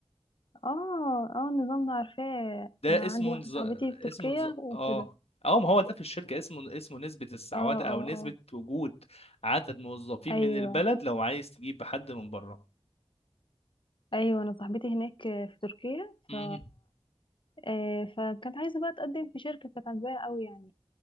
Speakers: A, on the left; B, on the left.
A: اه اه النظام ده عارفاه
B: ده
A: انا
B: اسمه
A: عندي واحده
B: نز...
A: صاحبتي في تركيا
B: اسمه نز...
A: وكده
B: اه اه ما هو ده في الشركه اسمه اسمه نسبه السعوده
A: اه اه
B: او نسبه
A: اه
B: وجود عدد موظفين
A: ايوه
B: من البلد لو عايز تجيب حد من بره
A: ايوه انا صاحبتي هناك في تركيا
B: مم.
A: ف آه فكانت عايزه بقى تقدم في شركه كانت عاجباها قوي يعني